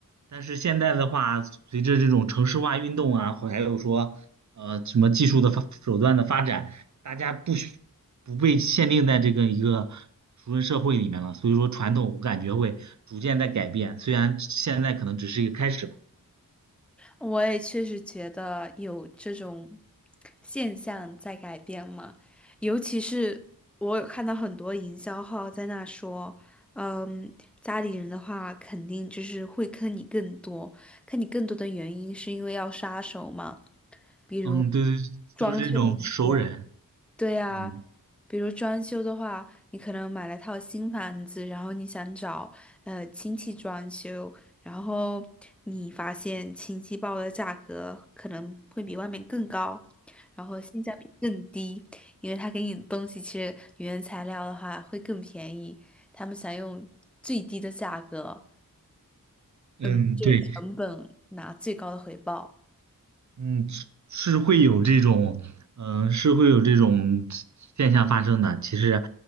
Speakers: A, on the right; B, in the centre.
A: 但是现在的话，随着这种城市化运动啊，还有说，呃，什么技术的发手段的发展，大家不许不被限定在这个一个熟人社会里面了，所以说传统我感觉会逐渐在改变，虽然现在可能只是一个开始吧。
B: 我也确实觉得有这种现象在改变嘛，尤其是我有看到很多营销号在那说，嗯，家里人的话肯定就是会坑你更多，坑你更多的原因是因为要杀手嘛，比如
A: 嗯，对对，
B: 装修一些。
A: 就是这种熟人，
B: 对呀，
A: 嗯。
B: 比如装修的话，你可能买了套新房子，然后你想找呃亲戚装修，然后你发现亲戚报的价格可能会比外面更高，然后性价比更低，因为他给你的东西其实原材料的话会更便宜，他们想用最低的价格，
A: 嗯，
B: 嗯，就是成本拿最高的回报。
A: 对，嗯，是是会有这种，嗯，是会有这种现象发生的。其实